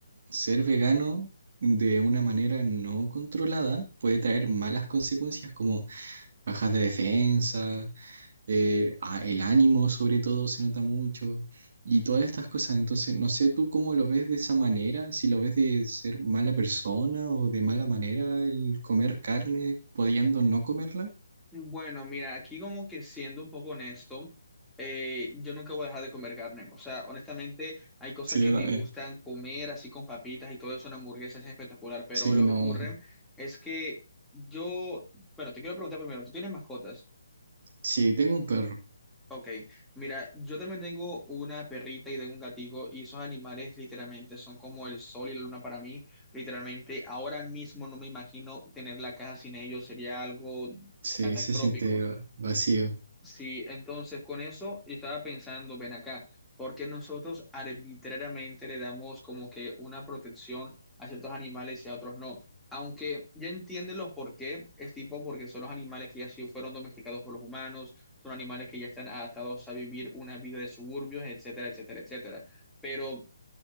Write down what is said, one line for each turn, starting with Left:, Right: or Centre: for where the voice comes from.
Right: ser vegano de una manera no controlada puede traer malas consecuencias como bajas de defensa, eh, ah, el ánimo sobre todo se nota mucho y todas estas cosas. Entonces, no sé tú cómo lo ves de esa manera, si lo ves de ser mala persona o de mala manera el comer carne pudiendo no comerla.
Centre: Bueno, mira, aquí como que siendo un poco honesto, eh, yo nunca voy a dejar de comer carne. O sea, honestamente, hay cosas
Right: Sí,
Centre: que
Right: yo
Centre: me
Right: también.
Centre: gustan comer así con papitas y todo eso, una hamburguesa es espectacular, pero
Right: Sí,
Centre: lo
Right: no.
Centre: que ocurre es que yo, bueno, te quiero preguntar primero, ¿tú tienes mascotas?
Right: Sí, tengo un perro.
Centre: Ok, mira, yo también tengo una perrita y tengo un gatito y esos animales literalmente son como el sol y la luna para mí. Literalmente, ahora mismo no me imagino tener la casa sin ellos, sería algo
Right: Sí,
Centre: catastrófico.
Right: se siente va- vacío,
Centre: Sí, entonces con eso yo estaba pensando, ven acá, porque nosotros arbitrariamente le damos como que una protección a ciertos animales y a otros no? Aunque ya entienden los por qué, es tipo porque son los animales que ya sí fueron domesticados por los humanos, son animales que ya están adaptados a vivir una vida de suburbios, etcétera, etcétera, etcétera. Pero